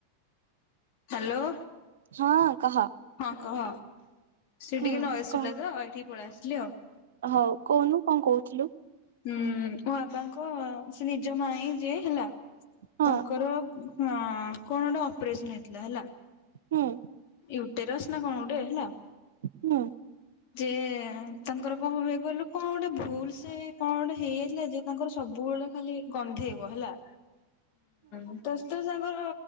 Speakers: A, on the left (about 45°); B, on the right (about 65°).
A: ହାଲୋ।
B: ହଁ କହ।
A: ହଁ କହ ସେ
B: ହୁଁ
A: ଟିକେ ନଏଜ
B: କଣ
A: ଶୁଲା ତ ଏଠିକି ପଳେଆସଲି ଆଉ।
B: ହଉ କୋହୁନୁ କଣ କହୁଥିଲୁ।
A: ହୁଁ ବାବାଙ୍କ ସେ ନିଜ ମାଇଁ ଯିଏ ହେଲା
B: ହଁ
A: ତାଙ୍କର ହଁ କଣ ଗୋଟେ ଅପରେସନ ହେଇଥିଲା ହେଲା
B: ହୁଁ।
A: ୟୁଟେରସ୍ ନା କଣ ଗୋଟେ ହେଲା
B: ହୁଁ।
A: ଯେ ତାଙ୍କର କଣ କଣ ହୁଏ କହିଲୁ କଣ ଗୋଟେ ଭୁଲସେ କଣ ଗୋଟେ ହେଇଯାଇଥିଲା ଯେ ତାଙ୍କର ସବୁବେଳେ ଖାଲି ଗନ୍ଧେଇବ ହେଲା।
B: ହ
A: ଉଁ ତ ତ ସାଙ୍ଗର